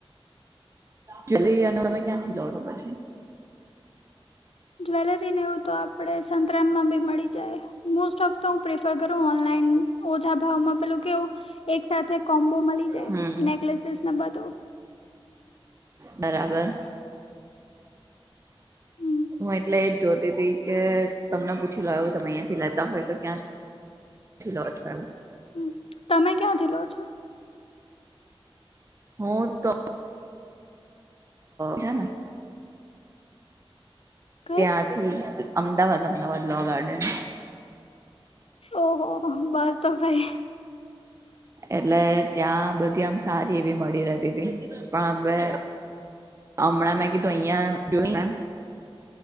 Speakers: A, on the right (about 30°); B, on the left (about 80°).
A: જ્વેલરી અને તમે ક્યાંથી લોવ છો પછી
B: જ્વેલરીને એવું તો આપણે સંતરામમાં બી મળી જાય. મોસ્ટ ઓફ તો હું પ્રિફર કરું ઓનલાઇન ઓછા ભાવમાં પેલું કેવું એક સાથે કોમ્બો મલી જાય
A: હમ
B: નેકલેસીસ બધો
A: બરાબર
B: હમ
A: હું એટલે એ જ જોતી ત કે તમને પૂછી લો તમે અહંથી લેતા હોય તો ક્યાં થી લો છો એવું.
B: હમ તમે ક્યાંથી લો છો?
A: હ તો છેને <inaudible>
B: કઈ
A: ત્યાંથી અમદાવાદ અમદાવાદ લો ગાર્ડન
B: ઓ હો હો, બસ તો ભાઈ.
A: એટલે ત્યાં બધી આમ સારી એવી મળી રહેતી હતી. પણ હવે હમણાં મેં કીધું. અહિયાં જોઈ